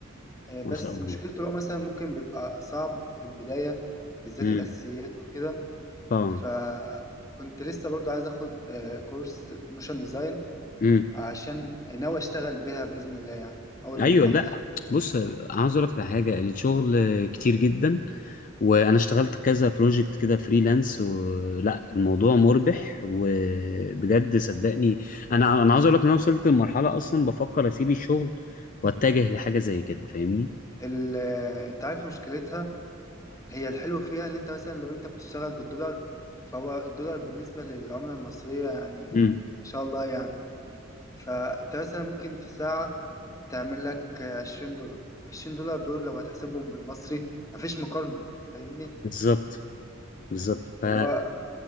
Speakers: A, on the left; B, on the left.
A: آه، بس
B: ما شاء الله
A: مشكلته اللي هو مثلا ممكن بيبقى صعب في البداية بالذات
B: امم
A: الاساسيات وكده
B: طبعا
A: فكنت لسه برضو عايز اخد آه، كورس موشن ديزاين
B: امم
A: عشان ناوي اشتغل بيها باذن الله يعني اول
B: ايوه
A: ما اخلص
B: لا بص عاوز اقول لك على حاجة الشغل كتير جدا وانا اشتغلت كذا بروجكت كده فريلانس ولا الموضوع مربح وبجد صدقني انا انا عاوز اقول لك ان انا وصلت لمرحله اصلا بفكر اسيب الشغل واتجه لحاجه زي كده فاهمني
A: ال- آه، انت عارف مشكلتها هي الحلو فيها ان انت مثلا لو انت بتشتغل بالدولار فهو الدولار بالنسبة للعملة المصرية يعني
B: امم
A: ان شاء الله يعني فانت مثلا ممكن في ساعة تعمل لك عشرين دولار عشرين دولار دول لو هتحسبهم بالمصري مفيش مقارنة فاهمني
B: بالظبط بالظبط
A: فاللي
B: ف...
A: هو